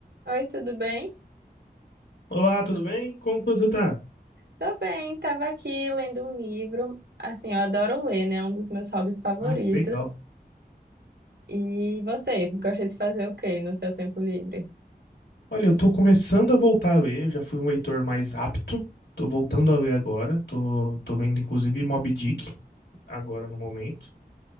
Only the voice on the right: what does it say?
Oi, tudo bem?
Tô bem, tava aqui lendo um livro. Assim, eu adoro ler, né? É Um dos meus hobbies favoritos.
E você, gosta de fazer o quê no seu tempo livre?